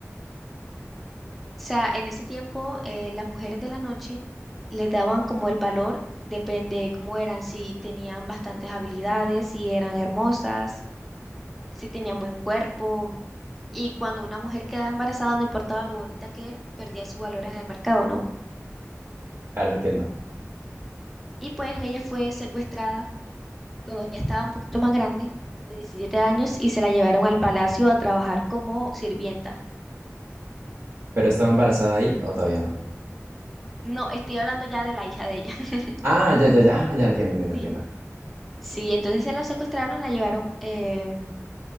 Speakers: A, in the centre; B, on the right.
A: O sea, en ese tiempo eh, las mujeres de la noche les daban como el valor, depende de cómo eran, si tenían bastantes habilidades, si eran hermosas, si tenían buen cuerpo. Y cuando una mujer quedaba embarazada, no importaba lo bonita que era, perdía su valor en el mercado, ¿no?
B: Claro, entiendo.
A: Y pues ella fue secuestrada cuando ya estaba un poquito más grande, de 17 años, y se la llevaron al palacio a trabajar como sirvienta.
B: ¿Pero estaba embarazada ahí o todavía no?
A: No, estoy hablando ya de la hija de ella. <laughs>
B: Ah, ya, ya, ya. Ah, ya entiendo, entiendo,
A: Sí.
B: entiendo.
A: Sí, entonces se la secuestraron, la llevaron em,